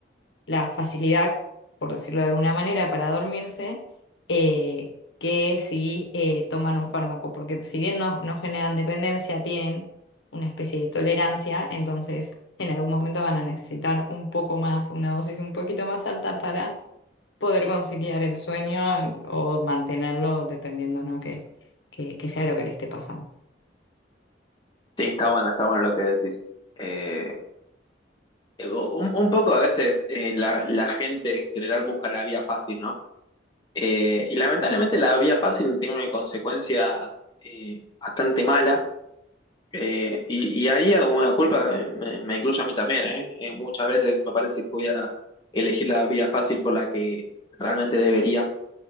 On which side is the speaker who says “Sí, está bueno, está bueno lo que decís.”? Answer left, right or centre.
Left